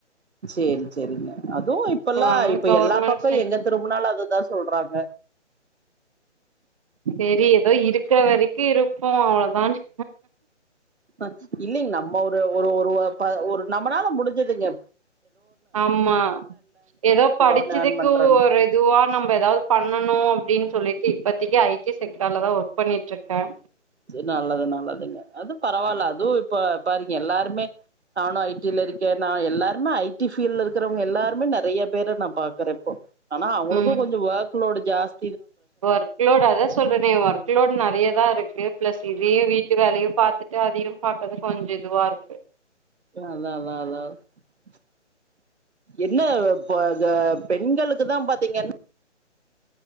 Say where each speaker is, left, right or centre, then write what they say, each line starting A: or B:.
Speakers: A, on the right; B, on the right.
A: சேரி சேரிங்க அதுவும் இப்பல்லாம்
B: சோ அதனால
A: இப்ப
B: கவர்மெண்ட்
A: எல்லா பக்கம்
B: சைட்
A: எங்க திரும்பனாலும் அது அதான் சொல்றாங்க
B: சேரி ஏதோ இருக்கிற வரைக்கும் கி இருப்போம் அவ்ளதான் <inaudible>
A: ஹ இல்லலைங்க நம்ம ஒரு ஒரு ஒரு ஒரு நம்மளால முடிஞ்சுதுங்க
B: ஆமா ஏதோ படிச்சதுக்கு
A: ஒண்ணு ஏர்ன் பண்றோன்னு
B: ஒரு இதுவா நம்ப ஏதாவது பண்ணணும் அப்படின்னு சொல்லிட்டு இப்பத்திக்க ஐ டி செக்டர்லதான் ஒர்க் பண்ணிட்டு இருக்கேன்
A: சேரி நல்லது நல்லதுங்க அது பரவாயில்ல அதுவும் இப்ப பாருங்க எல்லாருமே நானும் ஐ டில இருக்கேன் நான் எல்லாரு ஐ டி பீல்ட இருக் இருக்கிறவங்க எல்லாருமே நிறைய பேர நான் பாக்குற இப்போ ஆனா அவங்களுக்கும்
B: ம்
A: கொஞ்ச ஒர்க் லோட் ஜாஸ்
B: ஒர்க் லோட் அதான் சொல்றேனே ஒர்க் லோட் நிறைய தான் இருக்கு பிளஸ் இதையும் வீட்டு வேலையையும் பார்த்துட்டு அதையும் பார்த்தது கொஞ்ச இதுவா இருக்கு
A: அதான் அதான் அதான் அ என்ன இப்ப அத பெண்களுக்கு தான் பாத்தீங்கன்னா